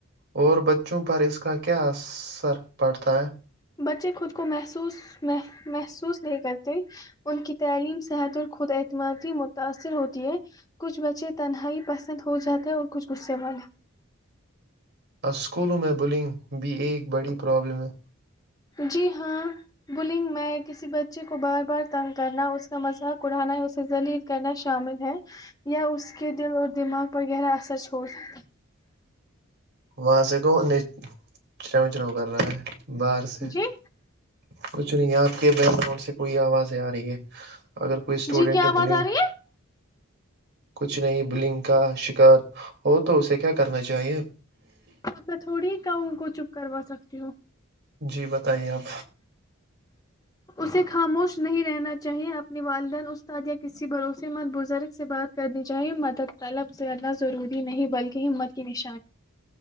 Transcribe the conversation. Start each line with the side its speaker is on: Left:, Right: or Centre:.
Right: اور بچوں پر اس کا کیا اثر پڑتا ہے
Left: بچے خود کو محسوس محسوس نہیں کرتی ان کی تعلیم صحت اور خود اعتمادی متاثر ہوتی ہے کچھ بچے تنہائی پسند ہو جاتا ہے اور کچھ غصے والے
Right: اسکولوں میں بلنگ بھی ایک بڑی پرابلم ہے
Left: جی ہاں بلنگ میں کسی بچے کو بار بار تنگ کرنا اس کا مذاق اڑانا یا اسے لیل کرنا شامل ہے یا اس کے دل اور دماغ پر گرا اثر چھوڑ سک
Right: وہاں سے کون نے چرو چرو کر رہا ہے باہر سے
Left: جی
Right: کچھ نہیں ہے آپ کے بیک گراؤنڈ سے کوئی آواز آ رہی ہے اگر کوئی اسٹوڈینٹ
Left: جی کیا آواز
Right: بلیں
Left: آ رہی ہے
Right: کچھ نہیں بلنگ کا شکار ہو تو اسے کیا کرنا چاہیئے
Left: انا تھوڑی <unintelligible> کاوں کو چپ کروا سکتی ہوں
Right: جی بتائیے آپ
Left: اسے خاموش نہیں رہنا چاہیے اپنی والدین استاد یا کسی بھروسے مت بزرگ سے بات کرنی چاہی مدد طلب زدنا ضروری نہیں بلکہ ہمت کی نش